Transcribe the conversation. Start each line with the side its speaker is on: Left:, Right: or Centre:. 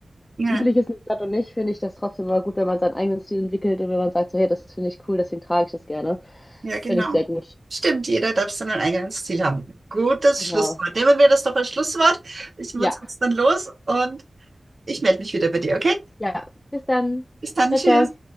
Right: ja,
Left: üblich ist in der Stadt oder nicht, finde ich das trotzdem immer gut, wenn man seinen eigenen Stil entwickelt und wenn man sagt, so, hey, das finde ich cool, deswegen trage ich das gerne.
Right: ja, genau.
Left: Finde ich sehr gut.
Right: Stimmt, jeder darf sein eigenes Ziel haben. Gutes
Left: Genau.
Right: Schlusswort. Nehmen wir das doch als Schlusswort. Ich muss
Left: Ja,
Right: jetzt dann los und ich melde mich wieder bei dir, okay?
Left: ja. Bis dann.
Right: Bis dann,
Left: Ciao,
Right: tschüss.
Left: ciao.